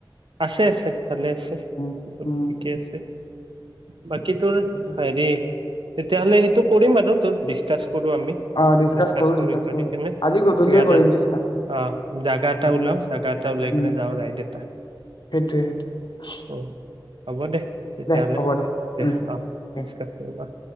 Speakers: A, on the right (about 80°); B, on the left (about 60°).
A: আছে আছে ভালে আছে
B: উম
A: চব
B: উম
A: ঠিকে আছে বাকী
B: ঠিকে,
A: তোৰ
B: ঠিকে।
A: হেৰি তেতিয়াহলে সেইটোক কৰিম আৰু তাত ডিচকাচ কৰো আমি
B: অ
A: ডিচকাচ
B: কৰো
A: কৰি কৰি
B: কৰো
A: কিনে
B: আজি গধূলিয়ে
A: কিবা এটা
B: কৰিম ডিচকাচটো
A: অ জাগা এটা
B: উম
A: ওলায় জাগা এটা উলাই
B: উম
A: কেনে যাওঁ ৰাইড এটা
B: সেইটোৱে সেইটোৱে
A: উম হ'ব দে তেতিয়াহ'লে
B: দে হ'ব
A: দে
B: উম
A: অঁ
B: দে
A: ডিছকাছ কৰিম অ